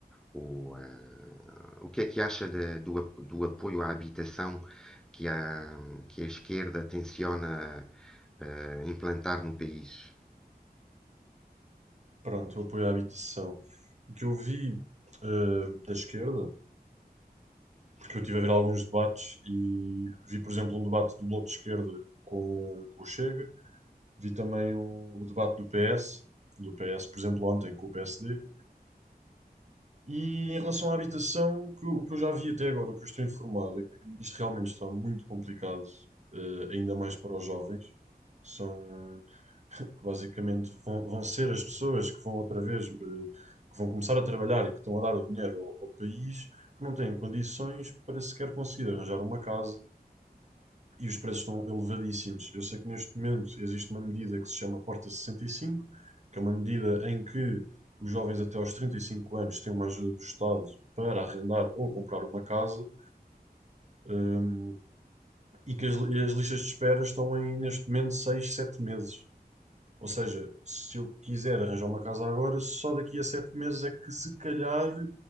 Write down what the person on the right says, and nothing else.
Pronto, o apoio à habitação. O que eu vi eh, da esquerda, porque eu estive a ver alguns debates e vi, por exemplo, um debate do Bloco de Esquerda com, com o Chega, vi também um- o debate do PS, do PS, por exemplo, ontem com o PSD, E em relação à habitação, o que, o que eu já vi até agora, o que eu estou informado, é que isto realmente está muito complicado, eh, ainda mais para os jovens, que são, <laughs> que basicamente vão, vão ser as pessoas que vão outra vez, eh, que vão começar a trabalhar e que estão a dar o dinheiro ao, ao país, que não têm condições para sequer conseguir arranjar uma casa, e os preços estão elevadíssimos. Eu sei que neste momento existe uma medida que se chama Porta sessenta e cinco, que é uma medida em que os jovens até aos 35 anos têm uma ajuda do Estado para arrendar ou comprar uma casa hum, e que as, as listas de espera estão em, neste momento, 6, 7 meses. Ou seja, se eu quiser arranjar uma casa agora, só daqui a 7 meses é que se calhar